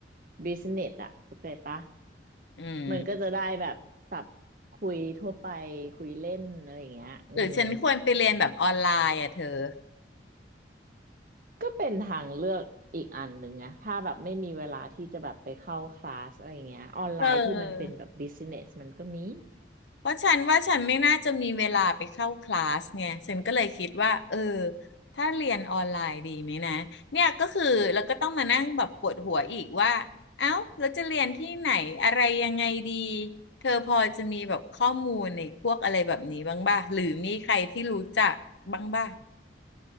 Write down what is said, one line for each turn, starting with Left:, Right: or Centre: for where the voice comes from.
Right: บิสเนสอ่ะเข้าใจปะ
Left: อืม
Right: มันก็จะได้แบบศัพท์คุยทั่วไปคุยเล่นอะไรอย่างเงี้ยอืม
Left: หรือฉันควรไปเรียนแบบออนไลน์อ่ะเธอ
Right: ก็เป็นทางเลือกอีกอันหนึ่งนะถ้าแบบไม่มีเวลาที่จะแบบไปเข้าคลาสอะไรเงี้ยออนไลน์ที่มันเป็นแบบบิสเนสมันก็มี
Left: เออ เพราะฉันว่าฉันไม่น่าจะมีเวลาไปเข้าคลาสไงฉันก็เลยคิดว่าเออถ้าเรียนออนไลน์ดีไหมนะเนี่ยก็คือเราก็ต้องมานั่งแบบปวดหัวอีกว่าเอ้าเราจะเรียนที่ไหนอะไรยังไงดีเธอพอจะมีแบบข้อมูลในพวกอะไรแบบนี้บ้างบ้างหรือมีใครที่รู้จักบ้างป่ง